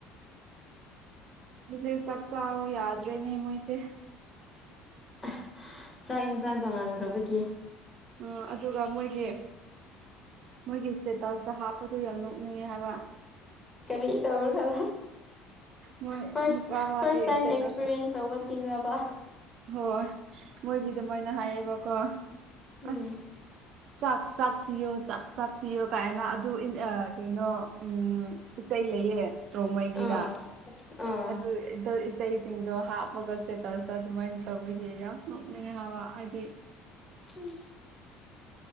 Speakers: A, on the right; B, on the left.
A: ꯃꯣꯏꯖꯦ ꯆꯥꯛ ꯆꯥꯔꯣ ꯌꯥꯗ꯭ꯔꯦꯅꯦ ꯃꯣꯏꯁꯦ
B: <unintelligible> ꯆꯥꯛ ꯌꯦꯟꯁꯥꯡ ꯇꯣꯡꯉꯥꯟꯈ꯭ꯔꯕꯒꯤ
A: ꯎꯝ ꯑꯗꯨꯒ ꯃꯣꯏꯒꯤ ꯃꯣꯏꯒꯤ ꯏꯁꯇꯦꯇꯁꯇ ꯍꯥꯞꯄꯗꯣ ꯌꯥꯝ ꯅꯣꯛꯅꯤꯡꯉꯦ ꯍꯥꯏꯕ
B: ꯀꯔꯤ ꯇꯧꯔꯒ <unintelligible>
A: ꯃꯣꯏ
B: ꯐꯥꯔ꯭ꯁ
A: ꯅꯨꯄꯥ ꯑꯃꯒꯤ
B: ꯐꯔ꯭ꯁ ꯇꯥꯏꯝ
A: ꯏꯁꯇꯦꯇꯁ
B: ꯑꯦꯛꯁꯄꯤꯔꯤꯌꯦꯟꯁ ꯇꯧꯕ ꯁꯤꯡꯔꯕ
A: ꯍꯣꯏ ꯃꯣꯏꯒꯤ ꯑꯗꯨꯃꯥꯏꯅ ꯍꯥꯏꯌꯦꯕꯀꯣ
B: ꯎꯝ
A: ꯑꯁ ꯆꯥꯛ ꯆꯥꯛ ꯄꯤꯌꯣ ꯆꯥꯛ ꯆꯥꯛ ꯄꯤꯌꯣ ꯀꯥꯏꯅ ꯑꯗꯨ ꯏꯟ ꯑ ꯀꯩꯅꯣ ꯎꯝ ꯏꯁꯩ ꯂꯩꯌꯦ ꯔꯣꯡꯃꯩꯒꯤꯗ
B: ꯑꯥ ꯑꯥ
A: ꯑꯗꯨ ꯑꯦꯗꯜ ꯏꯁꯩ ꯁꯤꯡꯗꯣ ꯍꯥꯞꯄꯒ ꯁꯇꯦꯇꯁꯇ ꯑꯗꯨꯃꯥꯏꯅ ꯇꯧꯕꯒꯤ ꯌꯥꯝ ꯅꯣꯛꯅꯤꯡꯉꯦ ꯍꯥꯏꯕ ꯑꯩꯗꯤ
B: ꯎꯝ